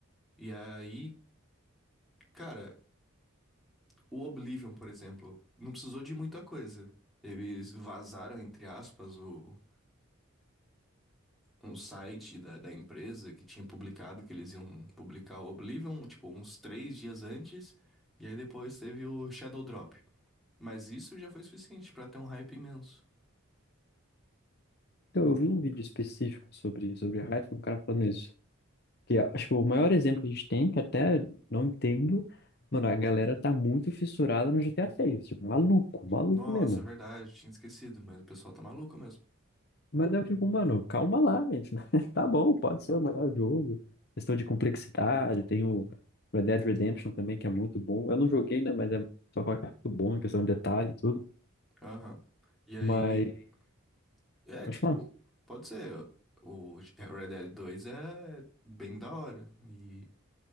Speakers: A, in the centre; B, on the left.
A: E aí, cara, o Oblivion, por exemplo, não precisou de muita coisa. Eles vazaram, entre aspas, o, um site da, da empresa que tinha publicado que eles iam publicar o Oblivion, tipo, uns três dias antes, e aí depois teve o Shadow Drop. Mas isso já foi suficiente pra ter um hype imenso.
B: Então, eu vi um vídeo específico sobre, sobre Hyphen, um cara falando isso. Que, ah, tipo, o maior exemplo que a gente tem, que até não entendo, mano, a galera tá muito fissurada no GTA 6. Tipo, maluco, maluco
A: Nossa,
B: mesmo.
A: verdade, tinha esquecido, mas o pessoal tá maluco mesmo.
B: Mas daí eu fico, mano, calma lá, gente. <laughs> Tá bom, pode ser o melhor jogo. Questão de complexidade, tem o Red Dead Redemption também, que é muito bom. Eu não joguei, né, mas é só fala que é muito bom em questão de detalhe e tudo.
A: Aham. E aí,
B: Mas,
A: é,
B: acho
A: tipo,
B: lá,
A: pode ser. O Red Dead dois é bem da hora. E